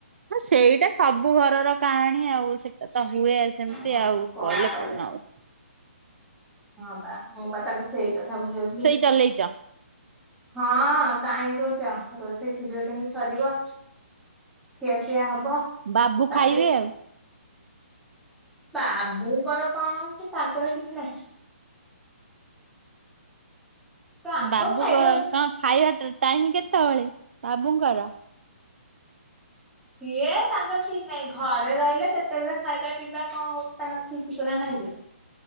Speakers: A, on the right; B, in the centre.
A: ହଁ ସେଇଟା ସବୁ ଘରର କାହାଣୀ ଆଉ। ସେଟା ତ ହୁଏ ସେମିତି
B: ହଁ
A: ଆଉ କହିଲେ
B: କରିବା
A: କଣ ଆଉ।
B: ହଁ ବା ମୁଁ ବା ତାକୁ ସେଇ କଥା ବୁଝଉଥିଲି।
A: ଚଲେଇଚ।
B: ହଁ କାହିଁ କହୁଚ ରୋଷେଇ ଶୀଘ୍ର କେମିତି ସରିବ। ଖିଆପିଆ ହବ।
A: ବାବୁ
B: ତାପରେ
A: ଖାଇବେ ଆଉ।
B: ବାବୁଙ୍କର କଣ ଅଉଛି ତାଙ୍କର କିଛି ନାହିଁ। ତାଙ୍କ
A: ବାବୁଙ୍କ
B: ଖାଇବା
A: କଣ ଖାଇବା ଟାଇମ କେତେବେଳ ବାବୁଙ୍କର?
B: ସିଏ ତାଙ୍କର ଠିକ୍ ନାହିଁ ଘରେ ରହିଲେ କେତେବେଳେ ଖାଇବା ପିଇବା କଣ ହଉଛି ତାଙ୍କର ଠିକ କିିକଣା ନାହିଁ ଯେ।